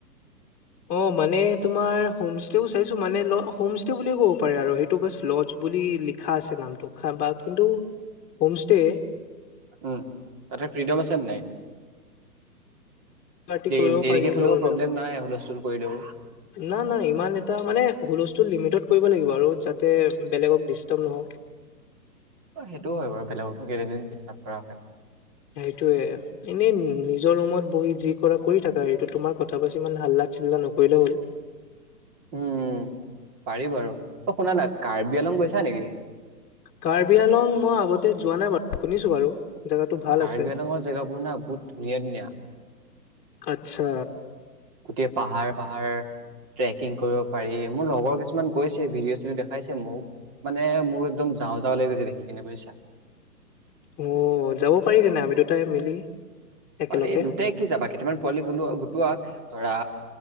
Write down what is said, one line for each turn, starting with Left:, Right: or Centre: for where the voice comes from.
Left: অ মানে তোমাৰ হোমষ্টেও চাইছো মানে হোম ষ্টে বুলিয়ে ক'ব পাৰে আৰু সেইটো বাছ লজ বুলি লিখা আছে নামটো বা কিন্তু হোমষ্টেয়
Right: উম তাতে ফ্ৰীডম আছে নাই
Left: পাটি
Right: দে
Left: কৰিব
Right: দেৰিকে
Left: পাৰি
Right: হলেও
Left: লগৰ
Right: প্ৰব্লেম
Left: বিলাকৰ
Right: নাই হুলস্থুল কৰিলেও
Left: না না ইমান এটা মানে হুলস্তোল লিমিতট কৰিব হিব লাগিব আৰু যাতে বেলেকৰ দিস্তাব নহয়
Right: অ সেইটোও হয় বাৰু বেলেগকো কেইদিন ডিষ্টাৰ্ব কৰা হয়
Left: সেইটোয়ে এনেই নিজৰ ৰুমত বহি যি কৰা কৰি থাকা এইটো তোমাৰ কথা পাছ ইমান হাল্লা চিল্লা নকৰিলে হ'ল
Right: উম পাৰি বাৰু অ শুনা না কাৰ্বি আলং গৈছা নেকি
Left: কাৰ্বি আলং মই আগতে যোৱা নাই বাৰু শুনিছো বাৰু জেগাটো ভাল
Right: কাৰ্বি
Left: আছে
Right: আলঙৰ জেগাবোৰ না বহুত ধুনীয়া ধুনীয়া
Left: আচ্ছা
Right: গোটেই পাহাৰ পাহাৰ ট্ৰেকিং কৰিব পাৰি মোৰ লগৰ কিছুমান গৈছে ভিডিঅ' চিডিঅ' দেখাইছে মোক মানে মোৰ একদম যাওঁ যাওঁ ল গৈছে দেখি কিনে বুজিছা
Left: অ যাব পাৰি তেনেহলে আমি দুটাই মিলি একেলগে
Right: পাৰি দুটাই কি যাবা কেইটামান পোৱালি গোটোৱা গোটোৱা ধৰা